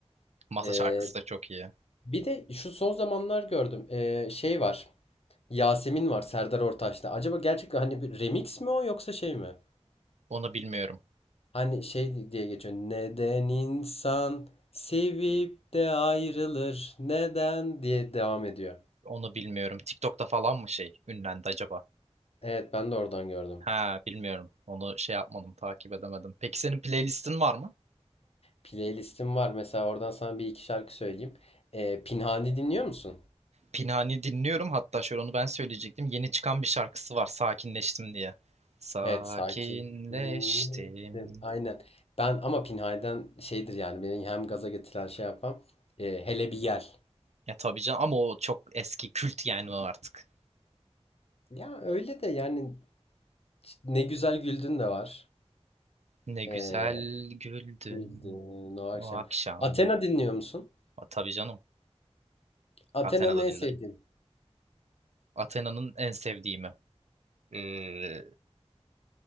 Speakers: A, on the right (about 75°); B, on the left (about 60°).
A: Masa
B: Ee,
A: şarkısı da çok iyi.
B: bir de şu son zamanlar gördüm. Ee, şey var. Yasemin var Serdar Ortaç'ta. Acaba gerçekten hani bir remix mi o yoksa şey mi?
A: Onu bilmiyorum.
B: Hani şey diye geçiyor. Neden insan sevip de ayrılır? Neden diye devam ediyor.
A: Onu bilmiyorum. TikTok'ta falan mı şey ünlendi acaba?
B: Evet ben de oradan gördüm.
A: Ha bilmiyorum. Onu şey yapmadım, takip edemedim. Peki senin playlistin var mı?
B: Playlistim var. Mesela oradan sana bir iki şarkı söyleyeyim. Ee, Pinhani dinliyor musun?
A: Pinhani dinliyorum. Hatta şöyle onu ben söyleyecektim. Yeni çıkan bir şarkısı var. Sakinleştim diye. Sakinleştim.
B: Evet sakin. Hmm, Aynen. Ben ama Pinhay'den şeydir yani beni hem gaza getiren şey yapan e, hele bir gel.
A: ya tabii canım ama o çok eski kült yani o artık.
B: Ya öyle de yani ne güzel güldün de var.
A: Ne güzel
B: E,
A: güldün
B: güldün o akşam.
A: o akşam.
B: Athena dinliyor musun?
A: A, tabii canım.
B: Athena'nın
A: Athena'da
B: en
A: dinlerim.
B: sevdiğin.
A: Athena'nın en sevdiğimi. Ee,